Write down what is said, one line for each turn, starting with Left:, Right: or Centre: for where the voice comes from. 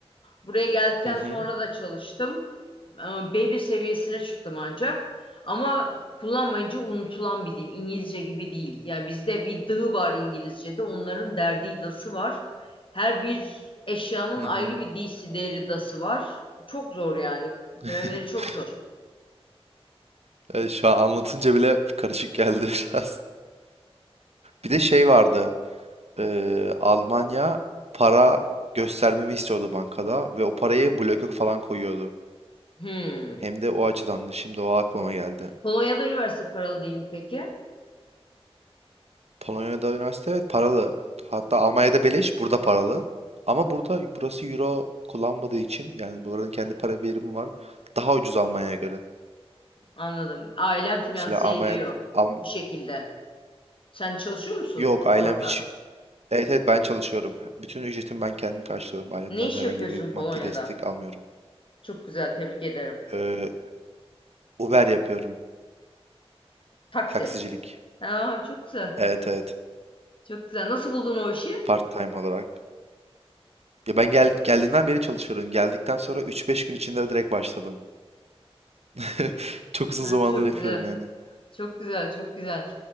Left: Buraya geldikten
Right: Hı hı.
Left: sonra da çalıştım. Ama B1 seviyesine çıktım ancak. Ama kullanmayınca unutulan bir dil. İngilizce gibi değil. Yani bizde bir dı var İngilizce'de. Onların derdi dası var. Her bir eşyanın
Right: Hı
Left: ayrı
Right: hı.
Left: bir disi deri dası var. Çok zor yani. Grameri
Right: <laughs>
Left: çok zor.
Right: Evet, şu an anlatınca bile karışık geldi <laughs> biraz. Bir de şey vardı. eee, Almanya para göstermemi istiyordu bankada ve o parayı bloke falan koyuyordu.
Left: Hmm.
Right: Hem de o açıdandı. Şimdi o aklıma geldi.
Left: Polonya'da üniversite paralı değil mi peki?
Right: Polonya'da üniversite evet paralı. Hatta Almanya'da beleş, burada paralı. Ama burada burası euro kullanmadığı için yani buranın kendi para birimi var. Daha ucuz Almanya'ya göre.
Left: Anladım. Ailen finanse
Right: Mesela Almanya
Left: Ya, ediyor
Right: Alm-
Left: bir şekilde. Sen çalışıyor musun
Right: yok
Left: yok
Right: ailem
Left: hayır. orada?
Right: hiç
Left: hayır.
Right: evet evet ben çalışıyorum. Bütün ücretimi ben kendim karşılıyorum. Ailemden
Left: Ne iş
Right: herhangi
Left: yapıyorsun
Right: bir
Left: Polonya'da?
Right: maddi destek almıyorum.
Left: Çok güzel, tebrik ederim.
Right: Ee, Uber yapıyorum.
Left: Taksi.
Right: Taksicilik.
Left: Aa, çok güzel.
Right: Evet evet.
Left: Çok güzel. Nasıl buldun o işi?
Right: Part time olarak. Ya ben gel geldiğinden beri çalışıyorum. Geldikten sonra üç beş gün içinde direkt başladım. <laughs> Çok uzun
Left: Ha,
Right: zamandır
Left: çok
Right: yapıyorum
Left: güzel.
Right: yani.
Left: Çok güzel, çok güzel.